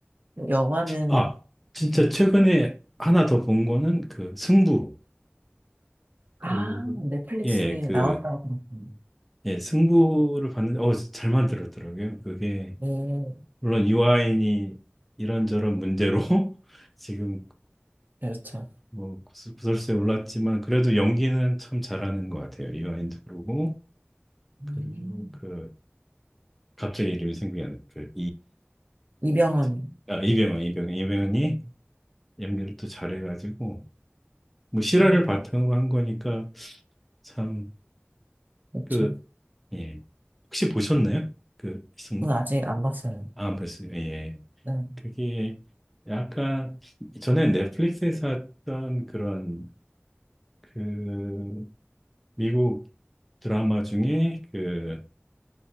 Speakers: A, on the right (about 45°); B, in the centre.
A: 영화는,
B: 아, 진짜
A: 음,
B: 최근에 하나 더 본 거는 그 승부.
A: 아,
B: 그,
A: 넷플릭스에
B: 예, 그,
A: 나왔다고 들었군요.
B: 예, 승부를 봤는데, 어, 잘 만들었더라고요. 그게,
A: 예,
B: 물론 이화인이 이런저런 문제로 <laughs> 지금
A: 그렇죠.
B: 뭐 구설- 구설수에 올랐지만, 그래도 연기는 참 잘하는 것 같아요. 이화인도 그러고,
A: 음.
B: 그리고 그, 갑자기 이름이 생각이 안, 나. 그,
A: 이병헌.
B: 그치? 아, 이병헌, 이병헌, 이병헌이
A: 음,
B: 연기를 또 잘해가지고 뭐 실화를
A: 음,
B: 바탕으로 한 거니까 참
A: 그렇죠.
B: 그 예. 혹시 보셨나요? 그 승부?
A: 그건 아직 안 봤어요.
B: 아, 안 봤어요. 예. 예.
A: 네.
B: 그게 약간 전에 넷플릭스에서 했던 그런 그 미국 드라마 중에 그